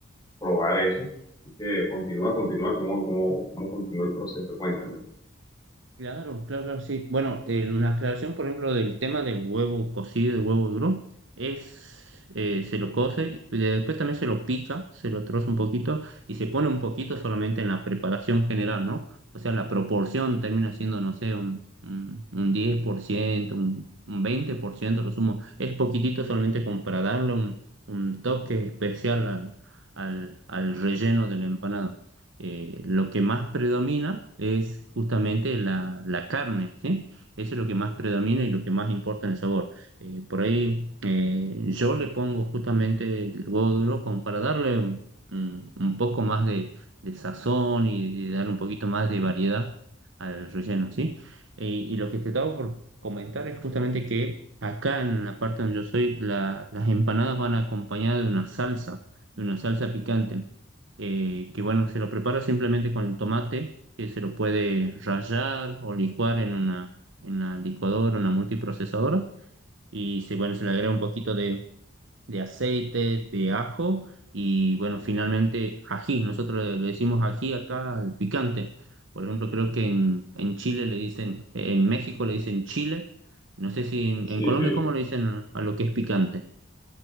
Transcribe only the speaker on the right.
Claro, claro, sí. Bueno, eh, una aclaración, por ejemplo, del tema del huevo cocido, del huevo duro, es, eh, se lo cose, y después también se lo pica, se lo troza un poquito y se pone un poquito solamente en la preparación general, ¿no? O sea, la proporción termina siendo, no sé, un, un, un 10%, un, un 20%, lo sumo. Es poquitito solamente como para darle un, un toque especial al, al, al relleno de la empanada eh, lo que más predomina es justamente la, la carne, ¿sí? Eso es lo que más predomina y lo que más importa en el sabor. Eh, por ahí eh, yo le pongo justamente el huevo duro como para darle mm, un poco más de, de sazón y de darle un poquito más de variedad al relleno, ¿sí? Eh, y lo que te estaba por comentar es justamente que acá en la parte donde yo soy, la- las empanadas van acompañadas de una salsa, de una salsa picante eh, que bueno, se lo prepara simplemente con tomate, que se lo puede rallar o licuar en una, en la licuadora, una multiprocesadora, y se, bueno, se le agrega un poquito de, de aceite, de ajo, y bueno, finalmente ají, nosotros le, le decimos ají acá al picante, por ejemplo, creo que en, en Chile le dicen, en México le dicen chile, no sé si en,
en Colombia
cómo le dicen a lo que es picante.